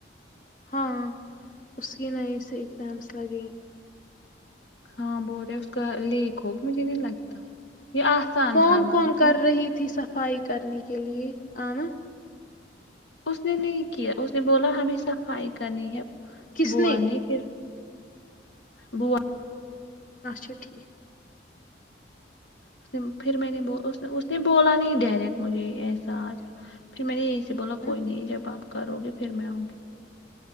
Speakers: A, on the left; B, on the left.
A: ہاں اس کی نئے سے ایگزامس لگیں
B: ہاں بول رہے اس کا لیپ و مجھے نہیں لگتا یہ آسان
A: فون
B: تھا مگر
A: کون کر
B: یہ
A: رہی تھی صفائی کرنے کے لیے آ ن
B: اس نے نہیں کیا اس نے بولا ہمیں صفائی کرنی ہے
A: کس
B: بوونی
A: نے
B: پھر بو <inaudible>
A: اچھا ٹھیک
B: اس پھر میں نے اس نے بولا نہیں ڈائریکٹ مجھے ایسا آج پھر میں نے یہ جی بولو
A: ہ
B: کوئی نہیں جب بپ کو کرو گے پھر میں آؤں گی